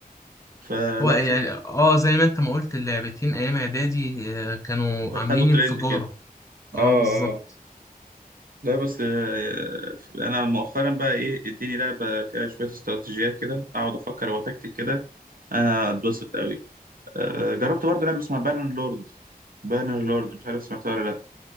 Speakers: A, on the right; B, on the left.
A: فلا
B: هو يعني اه زي ما انت ما قلت اللعبتين ايام اعدادي آه، كانوا عاملين
A: خدوا
B: انفجارة
A: ترند كده اه
B: اه بالظبط
A: اه لا بس آه، انا مؤخرا بقى ايه اديني لعبه فيها شويه استراتيجيات كده اقعد افكر واتكتك كده انا اتبسط قوي آه، جربت برضه لعبه اسمها بارن لورد بارن لورد مش عارف سمعتها ولا لا